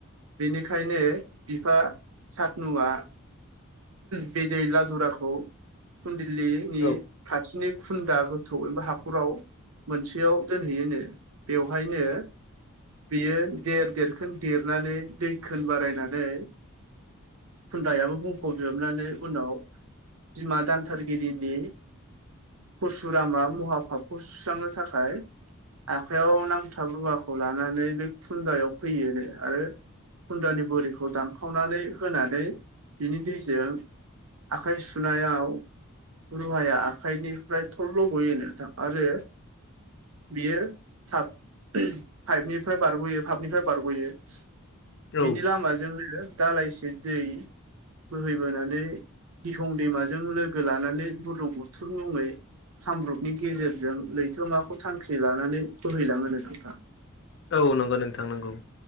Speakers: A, on the right; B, on the left.
A: बेनिखायनो बिफा सातनुआ बे दै लाधुराखौ फुनदिलिनि
B: औ
A: खाथिनि खुन्दा गोथौ एबा हाखराव मोनसेयाव दोनहैयोनो बेवहायनो बियो देर देरखोन देरनानै दैखोन बारायनानै खुथायाबो बुंफबजोबनानै उनाव बिमा दानथारगिरिनि परसुरामा महा फाबखौ सुस्रांनो थाखाय आखयाव नांथाब रुवाखौ लानानै बे खुन्दायाव फैयो आरो खुन्दानि बुरिखौ दानखावनानै होनानै बिनि दैजों आखाइ सुनायाव रुहाया आखायनिफ्राय थल्ल' गयो नोंथां आरो बियो थाब पाइपनिफ्राय बारग'यो फापनिफ्राय बारग'यो
B: औ
A: बिनि लामाजोंनो दालाइसे दै बोहैबोनानै दिहं दैमाजों लोगो लानानै बुरलुं बुथुर मुंङै खामरुपनि गेजेरजों लैथो माखौ थांखि लानानै बोहैलाङो नो नोंथां।
B: औ नंगौ नोंथां नंगौ।